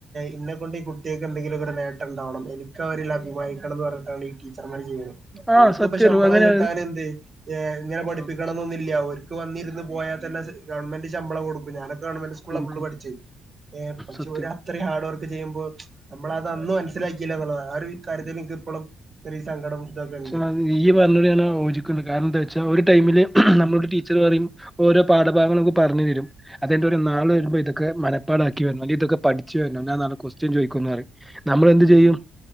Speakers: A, on the right (about 35°); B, in the centre.
A: ഇന്ന കൊണ്ട് ഈ കുട്ടികൾക്ക് എന്തെങ്കിലും ഒരു നേട്ടം ഉണ്ടാവണം എനിക്ക് അവരിൽ അഭിമാനിക്കണംന്ന് പറഞ്ഞിട്ടാണ് ഈ ടീച്ചർമാർ ചെയ്യണ
B: ആ
A: ഓർക്കിപ്പം
B: സത്യാണ്.
A: ശമ്പളം
B: അങ്ങനെ
A: കിട്ടാനെന്ത് ഞ് ഇങ്ങന്നെ പഠിപ്പിക്കണം
B: ആ സത്യം.
A: ന്നൊന്നില്ല ഓര്ക്ക് ക്ക് വന്നിരുന്ന് പോയാൽ തന്നെ ഗവൺമെന്റ് ശമ്പളം കൊടുക്കും ഞാനക്ക ഗവൺമെന്റ് സ്കൂളിലാ
B: കൊടുക്കും.
A: ഫുള് പഠിച്ചേ ഏ പക്ഷെ
B: സത്യം.
A: ഒരു അത്ര ഹാ ഹാർഡ്വർക്ക് ചെയ്യുമ്പോൾ നമ്മളത് മനസ്സിലാക്കില്ലന്നുള്ളതാ ഒരു കാര്യത്തില് നിക്ക് ഇപ്പളും ചെറീയ സങ്കടം ഇതൊക്കെ ഉണ്ട്
B: ത്താനീ ഈ പറഞ്ഞത് ഞാൻ യോജിക്കണ് കാരണം എന്താ വെച്ചാ ഒരു ടൈമില് നമ്മളോട് ടീ ച്ചററി ഓരോ പാഠഭാഗങ്ങള പറഞ്ഞഞ് തരും അതിെന്റെ ഒരു നാൾ വരുമ്പോ ഇ ക്ക് മനപ്പാടാക്കി വരണ് അല്ലങ്കി ഇതൊക്കെ പഠി ച്ച് വര്ണ ഞാ നളെ കൊസ്റ്റൻ ചോദിക്കു ന്നറി നമ്മൾ എന്ത്
A: ഉം
B: ചെയ്യും